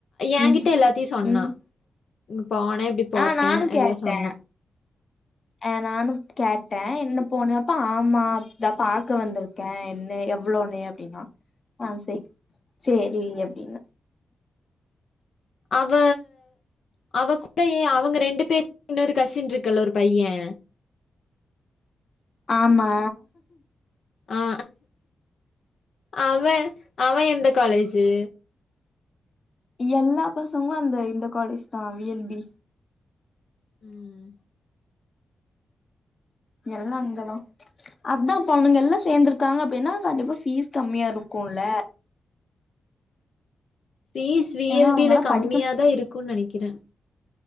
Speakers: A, on the left; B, on the left.
A: ம்,
B: எங்கிட்ட எல்லாத்தையும் சொன்னா
A: ம்.
B: இங்க போன இப்டி போட்ட
A: ஆ நானும்
B: எல்லா
A: கேட்டேன்.
B: சொன்னா
A: அ நானு கேட்ட என்ன போனேயப்ப ஆமா அதா பாக்க வந்திருக் க்க என்ன எவ்ளோன்னு அப்டின்னா ஆ செர் சேரி அப்டின்ன
B: அவ அவ கூடயே அவங்க ரெண்டு பேரு இன்னொரு கசின் இருக்குல்ல ஒரு பைய
A: ஆமா
B: ஆ அவன் அவே எந்த காலேஜு
A: எல்லா பசங்ளு அந்த இந்த காலேஜ்தா வி எல் டி
B: ம்
A: எல்லா இங்கதா அதா அப்ப அவனுங்க எல்லா சேர்ந்துருக்காங்க அப்டினா கண்டிப்பா ஃபீஸ் கம்மியா இருக்குல
B: ஃபீஸ் வி
A: ஏன்னா
B: எல்
A: அவங்கல்லா
B: டி ல கம்மியாதா
A: படிக்க
B: இருக்குன் நெனைக்கிற